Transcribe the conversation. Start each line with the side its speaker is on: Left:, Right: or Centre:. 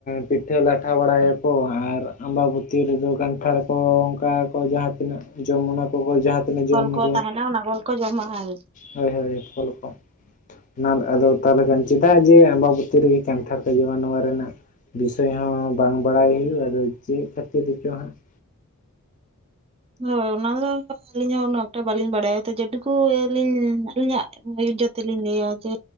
Left: ᱯᱤᱴᱷᱟᱹ ᱞᱟᱴᱷᱟ ᱵᱟᱲᱟᱭ
Right: <inaudible>
Left: ᱟᱢᱵᱟᱵᱚᱛᱤ ᱨᱮᱫᱚ ᱠᱟᱱᱴᱷᱟᱲ ᱠᱚ ᱚᱝᱠᱟ ᱠᱚ ᱡᱟᱦᱟᱸ ᱛᱤᱱᱟᱹᱜ ᱡᱚᱢ ᱚᱱᱟ ᱠᱚ ᱠᱚ ᱡᱟᱦᱟᱸ ᱛᱤᱱᱟᱹᱜ ᱡᱚᱢ
Right: ᱯᱷᱚᱞ
Left: ᱚᱱᱟ
Right: ᱠᱚ ᱛᱟᱦᱮᱱᱟ ᱚᱱᱟ ᱠᱚᱜᱮ ᱠᱚ ᱡᱚᱢᱟ ᱟᱨᱼ
Left: ᱦᱳᱭ ᱦᱳᱭ ᱯᱷᱚᱞ ᱠᱚ ᱚᱱᱟ ᱟᱫᱚ ᱛᱟᱦᱚᱞᱮ ᱠᱷᱟᱱ ᱪᱮᱫᱟᱜ ᱡᱮ ᱟᱢᱵᱟᱵᱟᱛᱤ ᱨᱮᱜᱮ ᱠᱟᱱᱴᱷᱟᱲ ᱠᱚ ᱡᱚᱢᱟ ᱱᱚᱣᱟ ᱨᱮᱱᱟᱜ ᱵᱤᱥᱚᱭ ᱦᱚᱸ ᱵᱟᱝ ᱵᱟᱲᱟᱭ ᱦᱩᱭᱩᱜ ᱟᱫᱚ ᱪᱮᱜ ᱠᱷᱟᱹᱛᱤᱨ ᱛᱮᱪᱚ ᱦᱟᱸᱜ ᱾
Right: ᱦᱳᱭ ᱚᱱᱟ ᱫᱚ ᱟᱹᱞᱤᱧ ᱦᱚᱸ ᱩᱱᱟᱹᱜ ᱮᱠᱴᱟ ᱵᱟᱹᱞᱤᱧ ᱵᱟᱲᱟᱭᱟ ᱾ ᱛᱚ ᱡᱮᱴᱩᱠᱩ ᱟᱹᱞᱤᱧ ᱟᱹᱞᱤᱧᱟᱜ ᱟᱹᱭᱩᱡᱚᱛ ᱛᱮᱞᱤᱧ ᱞᱮᱭᱟ ᱡᱮ